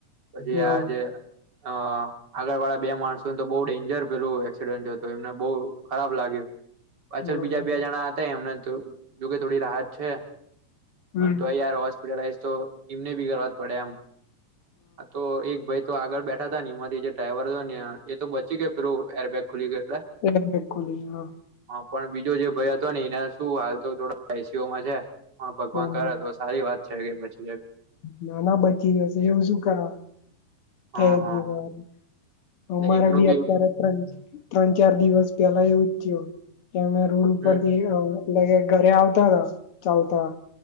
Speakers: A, on the right; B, on the left.
A: પછી
B: હા
A: આજ અ આગળ વાળા બે માણસોને તો બહુ ડેન્જર પેલું એક્સિડેન્ટ થ્યો તો એમને બહુ ખરાબ લાગ્યું પાછળ
B: હા
A: બીજા બે જણા હતા એમને તો જોકે થોડી રાહત છે
B: હમ
A: પણ તો યાર હોસ્પિટલાઈઝ તો એમને ભી કરવા જ પડે એમ હા તો એક ભાઈ તો આગળ બેઠા ત ને એમાંથી જે ડ્રાઈવર હતો ને એ તો બચી ગયો લો એરબેગ ખુલી ગયો
B: એ બિલકુલ હ હા
A: પણ બીજો જે ભય હતો ને એના શું હાલ તો થોડા એસીઓમાં છે ભગવાન
B: હા
A: કર હતો સારી વાત છે કે પછી
B: નાના બચી ગયો છે એવું શું કરવા થઈ
A: હા હા
B: ગયું રહેવા દે અમારા
A: એટલે એમનું
B: બી અત્યારે ત્રણ ત્રણ ચાર દિવસ પેલા એવું જ થયું કે અમે રોડ ઉપરથી
A: હમ હમ
B: એટલે કે ઘરે આવતા હતાા ચાલતા